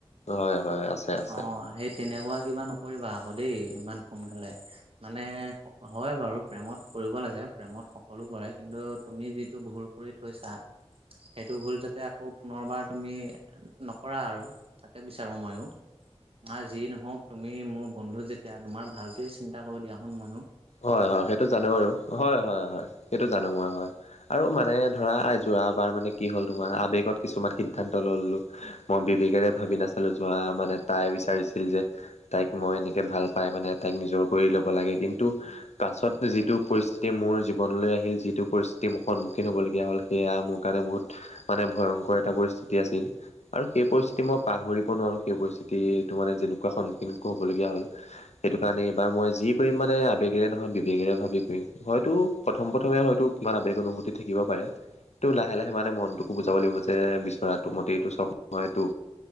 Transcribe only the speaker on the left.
হয় হয় আছে আছে
হয়, হয় সেইটো জানো বাৰু হয়, হয়, হয় সেইটো জানো মই হয় আৰু মানে ধৰা। যোৱাবাৰ মানে কি হ'ল তোমাৰ আৱেগত কিছুমান সিদ্ধান্ত ল'লোঁ, মই বিবেকেৰে ভাবি নাচালোঁ যোৱা মানে। তাই বিচাৰিছিল যে তাইক মই এনেকে ভাল পাই মানে তাইক নিজৰ কৰি ল'ব লাগে, কিন্তু তা পাছত যিটো পৰিস্থিতি মোৰ জীৱনলৈ আহিল, যিটো পৰিস্থিতি মোৰ সন্মুখীন হব লগীয়া হ'ল। সেয়া মোৰ কাৰণে বহুত মানে ভয়ংকৰ এটা পৰিস্থিতি আছিল। আৰু সেই পৰিস্থিতি মই পাহৰিব নোৱাৰোঁ সেই পৰিস্থিতিটো মানে যেনেকুৱা সন্মুখীন হ'বলগীয়া হ'ল। সেইটো কাৰণে এইবাৰ মই যি কৰিম মানে। আবেগেৰে নহয়, বিবেগেৰে ভাবি কৰিম হয়তো প্ৰথম প্ৰথমে হয়তো কিমান আবেগ অনুভূতি থাকিব পাৰে। এইটো লাহে, লাহে মানে মনটোকো বুজাব লাগিব যে বিচৰাটো মতেই এইটো চব নহয়টো।